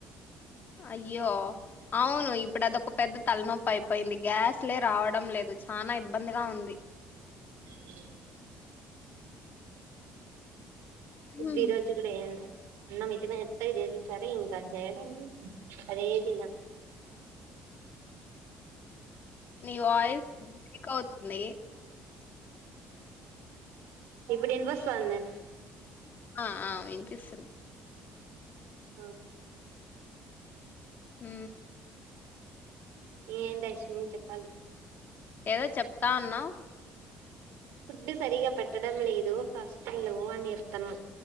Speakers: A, on the left (about 50°); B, on the right (about 80°).
A: అయ్యో అవును ఇప్పుడు అదొక పెద్ద తలనొప్పి అయిపోయింది గ్యాస్లే రావడం లేదు చనా ఇబ్బందిగా ఉంది
B: అ
A: హ్మ్.
B: ది రోజు కూడా ఏన్నా అన్న మిత్రిన ఎత్తగా చేసస్తారే ఇంకా చేయడానికి అదే తిన
A: నవయిస్ బవుతు న
B: ఇప్పుడ బస్త అంది
A: ఆ ఆ ఏం చేస్తను
B: ఆ
A: హు
B: ఏం దశను చెప్పాలి
A: ఏదో చెపుతా అన్నావ్
B: ఫుడ్ సరిగా పెట్టడం లేదు హస్టలు అని చెప్తాను